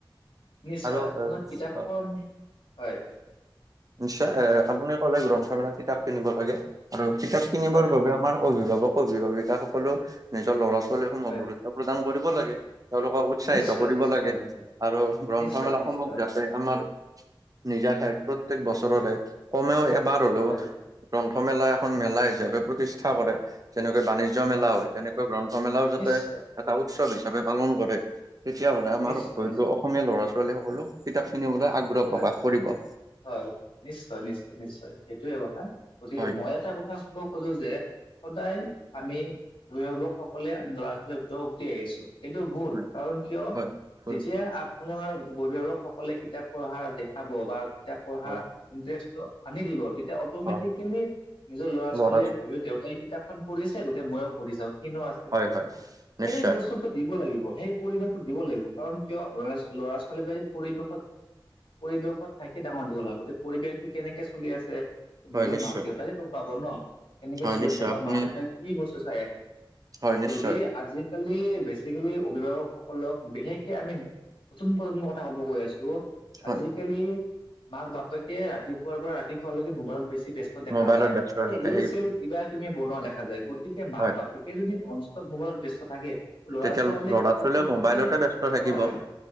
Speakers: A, on the left; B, on the right.
A: নিশ্চয়।
B: আৰু
A: আপোনাৰ
B: অ,
A: কিতাপখন,
B: অ,
A: হয়।
B: নিশ্চয়। এ আপুনি কলে গ্ৰন্থমেলাত কিতাপ কিনিব লাগে আৰু কিতাপ কিনিবৰ
A: হয়
B: বাবে আমাৰ অভিভাৱক অভিভাৱিকা সকলো নিজৰ ল'ৰা ছ ৱালীসমূহক
A: হয়
B: গুৰুত্ব প্ৰদান কৰিব লাগে, তেওঁলোকক উৎসাহিত
A: নিশ্চয়
B: কৰিব
A: নিশ্চয়
B: লাগে।
A: নিশ্চয়
B: আৰু গ্ৰন্থমেলাসমূহ
A: নিশ্চয় নিশ্চয়
B: যাতে আমাৰ নিজা ঠাইত প্ৰত্যেক বছৰৰে কমেও এবাৰ হলেওঁ
A: হয়
B: গ্ৰন্থমেলা এখন মেলা হিচাপে প্ৰতিষ্ঠা কৰে, যেনেকৈ বাণিজ্য মেলা হয় তেনেকৈ গ্ৰন্থমেলাও যাতে
A: নিশ্চয়
B: এটা উৎসৱ হিচাপে পালন কৰে। তেতিয়া হ'লে আমাৰ
A: নিশ্চয়
B: হয়তো
A: নিশ্চয়
B: অসমীয়া ল'ৰা ছোৱালী সকলেও কিতাপ কিনিবলৈ আগ্ৰহ
A: হয়
B: প্ৰকাশ কৰিব।
A: হয়, নিশ্চয় নিশ্চয় নিশ্চয় সেইটোয়ে কথা। গতিকে
B: হয়
A: মই এটা কথা কব খোজো যে সদায় আমি অভিভাৱক সকলে আমি লৰা ছোৱালী দোষ দি আহিছো। এইটো ভুল।
B: হয়
A: কাৰণ কিয়
B: হয়, ভুল
A: যেতিয়া আপোনাৰ অভিভাৱক সকলে কিতাপ পঢ়া দেখাব বা কিতাপ পঢ়াৰ
B: হয়,
A: ইণ্টাৰেষ্টটো আনি দিব তেতিয়া অট'মেটিকেলি
B: হয়,
A: নিজৰ ল'ৰা-ছোৱালীয়ে
B: ল'ৰাৰ
A: ভাবিব, দেউতাই কিতাপখন পঢ়িছে গতিকে মইও পঢ়ি চাওঁ কিনো আছে।
B: হয়, হয়, নিশ্চয়
A: সেই বস্তুটো দিব লাগিব সেই পৰিৱেশটো দিব লাগিব। কাৰণ কিয় ল'ৰা ল'ৰা-ছোৱালী বিলাকে পৰিৱেশত পৰিৱেশত থাকি ডাঙৰ দীঘল হয়। গতিকে পৰিৱেশটো কেনেকে চলি আছে
B: হয়,
A: নিজৰ
B: নিশ্চয়,
A: মাক দেউতা কে গ'ম পাব ন', কেনেকে
B: হয়,
A: চলিছে
B: নিশ্চয়
A: বা
B: আপুনি
A: মা দেউতাই কি বস্তু চাই আছে।
B: হয়, নিশ্চয়
A: যদি আজি কালি বেচিকেলি অভিভাৱক সকলক বিশেষকে আমি নতুন প্ৰজন্ম কথা কব গৈ আছো
B: হয়,
A: আজিকালি মাক বাপেকে ৰাতিপুৱাৰ পৰা ৰাতি শোৱালৈকে মোবাইলত বেছি ব্যস্ত দেখা
B: মোবাইলত
A: যায়
B: ব্যস্ত থাকে
A: এই এ'
B: সেই
A: চেল কিবা কিবি বনোৱা দেখা যায়, গতিকে মাক
B: হয়,
A: বাপেকে যদি ননষ্টপ মোবাইলত ব্যস্ত থাকে ল'ৰা
B: তেতিয়া
A: ছোৱালী
B: ল'ৰা-ছোৱালীয়েও
A: কিতাপৰ
B: মোবাইলতে
A: প্ৰতি
B: ব্যস্ত থাকিব।
A: হয়